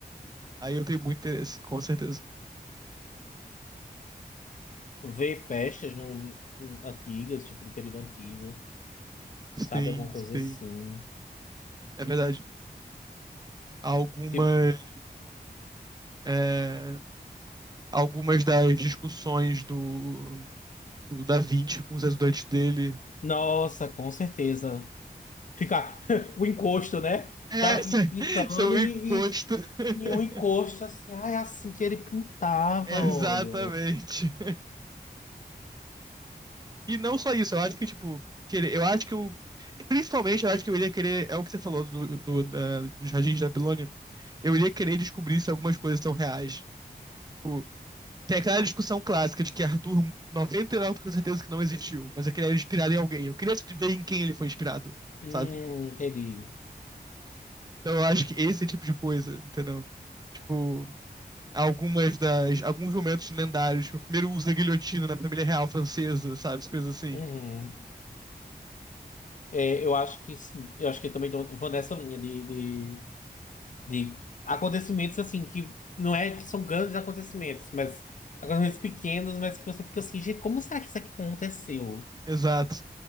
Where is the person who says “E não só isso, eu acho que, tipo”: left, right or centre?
Right